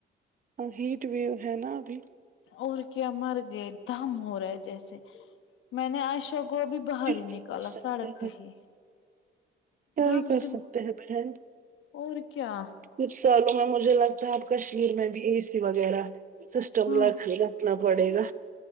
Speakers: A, on the right; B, on the left.
A: ہ ہیٹ ویو ہے نا ابھی
B: اور کیا مر گئے دم ہو رہا ہے جیسے میں نے ایشا کو ابھی باہر
A: کیا
B: ہی نکالا
A: کر سکتے
B: سڑک
A: ہیں
B: پہ ہی
A: کیا
B: دم
A: ہی کر
B: سے
A: سکتے ہیں بہن
B: اور کیا
A: کچھ سالوں میں مجھے لگتا ہے اب کشمیر میں بھی اے سی وغیرہ سسٹم
B: ہاں
A: رکھ رکھنا پڑے گا